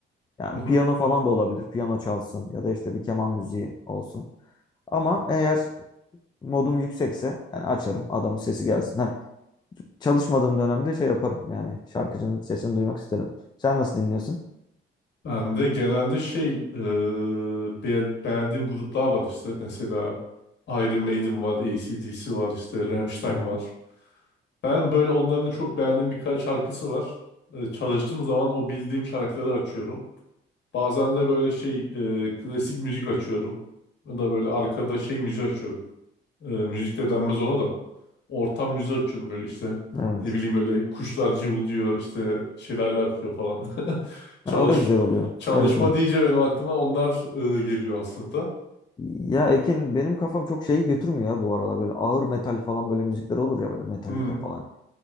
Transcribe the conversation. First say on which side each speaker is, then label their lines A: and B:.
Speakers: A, on the left; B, on the left.
A: Yani
B: Hı hı.
A: piyano falan da olabilir. Piyano çalsın ya da işte bir keman müziği olsun. Ama eğer modum yüksekse yani açarım. Adamın sesi gelsin. Hani çalışmadığım dönemde şey yaparım yani şarkıcının sesini duymak isterim. Sen nasıl dinliyorsun?
B: Ben de genelde şey e, be- beğendiğim gruplar var işte mesela Iron Maiden var, AC/DC var işte Rammstein
A: Aha.
B: var. Ben böyle onların çok beğendiğim birkaç şarkısı var. E, çalıştığım zaman o bildiğim şarkıları açıyorum. Bazen de böyle şey e, klasik müzik açıyorum. Ya da böyle arkada şey müzik açıyorum. E, müzik de denmez ona da. Ortam müziği açıyorum böyle işte.
A: Evet.
B: Ne bileyim böyle kuşlar cıvıldıyor işte şelale akıyor falan. <laughs> Çalış
A: Ha, o da güzel oluyor.
B: çalışma
A: Evet evet.
B: deyince benim aklıma onlar e, geliyor aslında.
A: Ya Ekin benim kafam çok şeyi götürmüyor ya bu aralar böyle ağır metal falan böyle müzikler olur ya böyle Metallica
B: Hı,
A: falan.